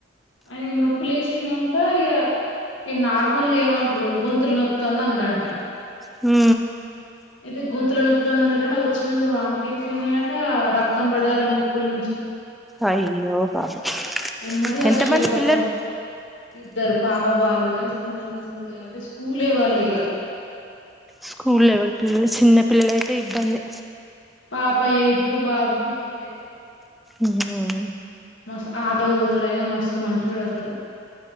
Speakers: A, on the left (about 70°); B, in the centre.
A: ఆని నొప్పులు వేసిందంటే ఇగ నార్మల్గా ఏమంటరు గొంతులు నొ తొంద ఉండంట
B: హూ
A: అయితే గొంతులో నొ మన్నటట వచ్చినాక వామిటింగ్స్ అయినాయట రక్తం పడటది ముక్కుల నుంచి
B: అయ్యో పాపం
A: ఎమ్మటే చచ్చిపోయిండు
B: ఎంతమంది
A: పాపం
B: పిల్లలు
A: ఇద్దరు పాప బాబుగాని చిన్న చిన్నొళ్ళే అంటే స్కూలే వాళ్ళు ఇగ
B: స్కూల్ లెవెల్ పిల్లలు చిన్న పిల్లలు అయితే ఇబ్బందే
A: పాప యైతు బాబు ఫిప్తే
B: ఇంగ
A: మస్త్ ఆటో దోల్తడయిన మస్తు మంచోడసలు